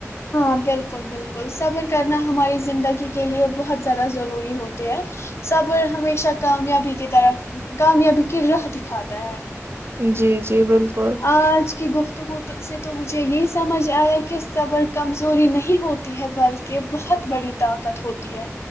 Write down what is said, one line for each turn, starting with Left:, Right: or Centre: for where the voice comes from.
Left: ہاں بالکل بالکل صبر کرنا ہماری زندگی کے لیے بہت زیادہ ضروری ہوتے ہے صبر ہمیشہ کامیابی کی طرف کامیابی کی راہ دکھاتا ہے
Right: جی جی بالکل
Left: آج کی گفتگو سے تو مجھے یہ سمجھ آیا کہ صبر کمزوری نہیں ہوتی ہے بلکہ بہت بڑی طاقت ہوتی ہے